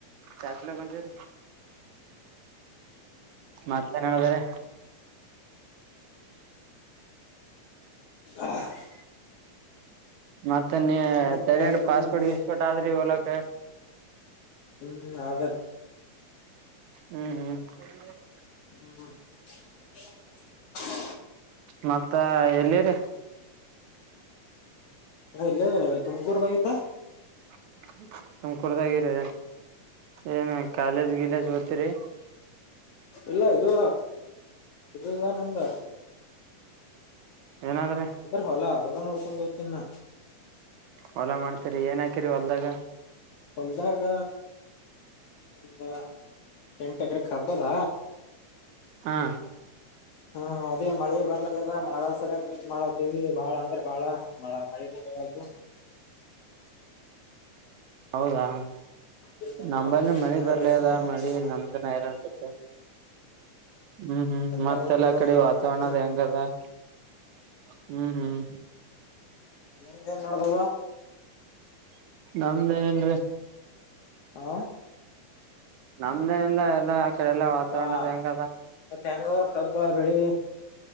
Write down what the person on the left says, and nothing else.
ಆ <inaudible>
ಮತ್
ಹೇಳ್ಬೇಕಪ್ಪಾ
ನಿಮ್ಗೆ
ಹ್ಮ್ ಅದ
ಹ್ಮ
ಇಲ್ಲೆ ಅದಿನಿ ತುಮಕೂರದಾಗ ಇದ್ದ
ಇಲ್ಲಾ ಇದು ಇದು ಅದ ನಂದ
ಅಂದ್ರ ಹೊಲ ಹೊಲ ನೋಡ್ಕೊಂಡ ಹೋಗತನ ನಾ
ಹೊಲದಾಗ ಹುಲ್ಲ ಎಂಟ ಎಕರೆ ಕಬ್ಬ ಅದ
ಹಾ ಅದೇ ಮಳೆ ಬರ್ಲ ಆಗೇದ ಮಳಗಾಲ ಸಲಗ ಬಿ ಮಾಡಾತೀವಿ ಬಾಳಂದ್ರ ಬಾಳ ಮಳ ಮಳಿನೆ ಬರಲಾರದ
ಏನ್
ಮಾಡಬೇಕ ಏನ್
ತಿಳಿಯಲ್ಲ
ಏನ್
ಸುದ್ದಿ
ಎಲ್ಲಾ
ಹೆಂಗ ಗೊತ್ತಾಗಲಕತ್ರಿ
ನಿಮ್ಮದ ಹೆಂಗ ನಡದ
ಹಾ
ಎಲ್ಲಾ
ಮತ್ತ ಹೆಂಗದ ಕಬ್ಬಾ ಬೇಳಿ